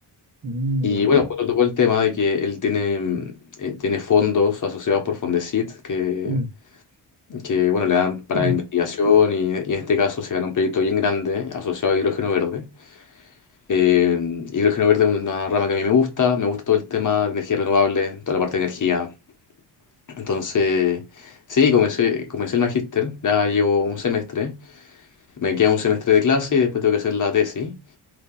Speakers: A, on the right; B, on the left.
A: Mm,
B: Y
A: ya.
B: bueno, justo tocó el tema de que él tiene, mm, eh, tiene fondos asociados por Fondesit que,
A: Mm.
B: que bueno, le dan para
A: <clears throat>
B: investigación y, y en este caso se ganó un proyecto bien grande asociado a hidrógeno verde. Eh, y hidrógeno verde es una rama que a mí me gusta, me gusta todo el tema de energía renovable, toda la parte de energía. Entonces, sí, comencé, comencé el magíster, ya llevo un semestre, me queda un semestre de clase y después tengo que hacer la tesis.